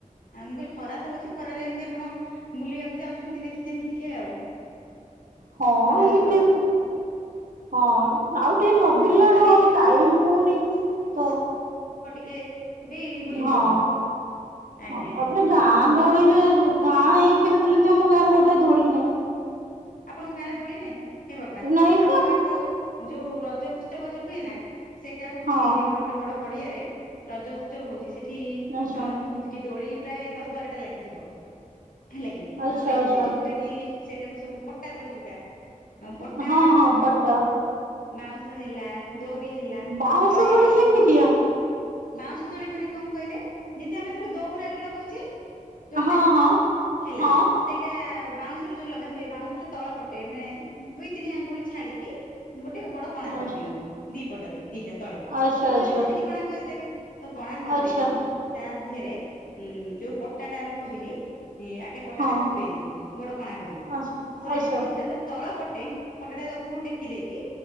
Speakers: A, on the left; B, on the right.
A: ଆଉ ମୁଁ ବିଲି ଖରା ତ ହଉଛି ଖରାରେ ଏମିତି ଆପଣ ବୁଲିବାକୁ ଯାଉଛନ୍ତି ଦେଖି ଚାହିଁକି ଟିକେ ଆଉ।
B: ହଁ
A: ବାହାରକୁ
B: ଏଇ ଟି
A: ଆଉ
B: ହଁ ଆଉ ଟିକେ ନ ବୁଲିଲାଡୁ
A: ତଥାପି
B: ଆଉ ଟାଇମ ହଉନି ତ
A: ସେ ବି ବୁଲି
B: ହଁ।
A: ହବ। ଆଜ୍ଞା
B: ହଁ ତାପରେ
A: ଆଜ୍ଞା
B: ଗାଁ ଗହଳିରେ ଗାଁ ହେଇକି ଦେଖୁଛନ୍ତି ଆମ ଗାଁ ରେ ଗୋଟେ ଦୋଳି ନାହିଁ।
A: ଆପଣଙ୍କ ଗାଁରେ ଦୋଳି ନାହିଁ ହେ ଭଗବାନ
B: ନାଇଁ
A: ଆମ
B: ପା
A: ଗାଁରେ ତ ଯୋଉ ରଜ ପତ୍ସବଜ ହୁଏ ନା ସେଇଟା ହଉଛି
B: ହଁ
A: ଆମର ଗୋଟେ ବଡ ପଡିଆରେ ରଜ ଉତ୍ସବ ହଉଛି ସେଠି
B: ଆଚ୍ଛା
A: ଆମର କୁହନ୍ତୁ କି ଦୋଳି ପ୍ରାୟ ଦଶ ବାରଟା ଲାଗିଥିବ। ହେଲାକି
B: ଆଚ୍ଛା
A: ଲାଗିଛି
B: ଆଚ୍ଛା।
A: ଯୋଉଥିରେ କି ସେଇଟାକୁ ସବୁ ପଟା ଦଳି ଯୋଉଟା। ହ ପଟା
B: ହଁ
A: ଆଉ
B: ହଁ ପଟ
A: ବାଉଁଶ ହେଲା ଦଉରି ହେଲା
B: ବାଉଁଶ
A: ତଳେ
B: ଦୋଳି
A: ମାନେ
B: କେମିତିଆ?
A: ବାଉଁଶ ଦୋଳି ମାନେ କଣ କହିଲେ ଯେମିତି ଆମେ ଧର ଦଉରାରେ ଲଗଉଛେ ଦୋଳିଟା
B: ହଁ ହଁ
A: ହେଲା
B: ହଁ
A: ସେଇଟା ବାଉଁଶରେ ଯୋଉ ଲଗା ହୁଏ ବାଉଁଶରେ ତଳ ପଟେ ମାନେ ଦୁଇ ତିନି ଆଙ୍ଗୁଳି ଛାଡିକି ଗୋଟେ ବଡ କଣା
B: ଆଚ୍ଛା
A: କରିଦିଅନ୍ତି ଦି ପଟରେ ଦିଟା ତଳେ
B: ଆଚ୍ଛା
A: ଉପରେ ବି ସେମିତି କଣା କରିଦେବେ ତ କଣା କରିଦେଇକି
B: ଆଚ୍ଛା
A: ତା ଦେହରେ ଉଁ ଯୋଉ ପଟା ଟା ମୁଁ କହିଲି ଁ ଆଗେ ପଟାଟାକୁ
B: ହଁ
A: ପୁରଇ ଦିଅନ୍ତି ବଡ କଣା କରିକି
B: ଆଚ୍ଛା
A: ପୁରେଇ
B: ଆଚ୍ଛା
A: ଦିଅନ୍ତି ତାପରେ ତଳ ପଟ ପଟାଟା ଉପରୁ ଟେକି ଦେଇକି